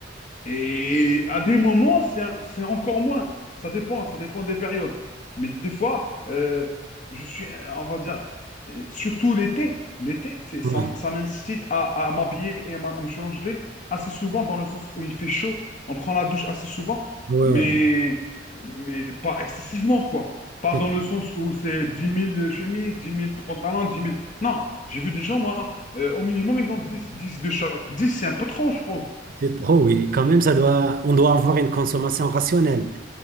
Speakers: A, on the left (about 45°); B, on the right (about 50°).
A: Et à des moments, c'est un- c'est encore moins. Ça dépend, ça dépend des périodes. Mais des fois, euh, je suis, euh, on va dire, euh, surtout l'été, l'été, c'est, ça,
B: ouais.
A: m- ça m'incite à, à m'habiller et à, m- à me changer assez souvent, dans le sens où il fait chaud, on prend la douche assez souvent,
B: Ouais,
A: mais,
B: ouais. ouais.
A: mais pas excessivement, quoi. Pas
B: C'est
A: dans le sens où c'est dix mille chemises, dix mille pantalons, dix mille. Non, j'ai vu des gens, moi, euh, au minimum, ils ont dix dix de chaque. 10, c'est un peu trop, je trouve.
B: c'est trop, oui. Quand même, ça doit, on doit avoir une consommation rationnelle.